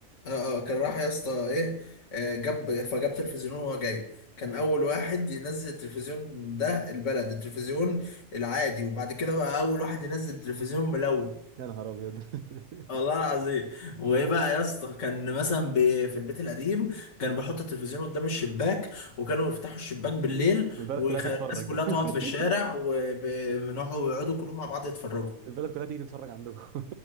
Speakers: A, on the left (about 60°); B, on the right (about 80°).
A: اه اه كان راح يا اسطى ايه آه، جاب فجاب تلفزيون وهو جاي كان اول واحد ينزل التلفزيون ده البلد التلفزيون العادي وبعد كده بقى اول واحد ينزل تلفزيون ملون
B: يا نهار ابيض <laughs>
A: والله العظيم وايه بقى يا اسطى كان مثلا ب- في البيت القديم كان بيحط التلفزيون قدام الشباك وكانوا يفتحوا الشباك بالليل
B: والبلد
A: والناس
B: كلها تتفرج
A: كلها
B: <laughs>
A: تقعد في الشارع وبنقعد ويقعدوا كلهم مع بعض يتفرجوا
B: البلد كلها تيجي تتفرج عندكم